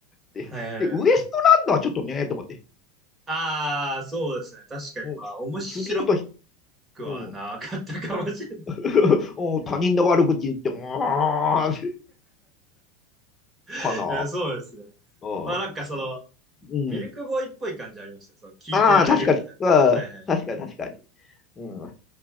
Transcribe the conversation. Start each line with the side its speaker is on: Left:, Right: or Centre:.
Left: で、
Right: はいはいはい。
Left: でウエストランドはちょっとね、と思って。
Right: ああ、そうですね。確かに、
Left: うん、
Right: まあ、面白
Left: 次の時、
Right: くはなかったかもしれない
Left: うん、<laughs> お他人の悪口言って、うーん、
Right: <laughs>
Left: かな。
Right: いや、そうですね。
Left: うん。
Right: まあ、なんかその、
Left: うん。
Right: ミルクボーイっぽい感じありました。その、聞いてられるみたいな。
Left: ああ、確かに。うん、
Right: はいはい。
Left: 確かに、確かに。う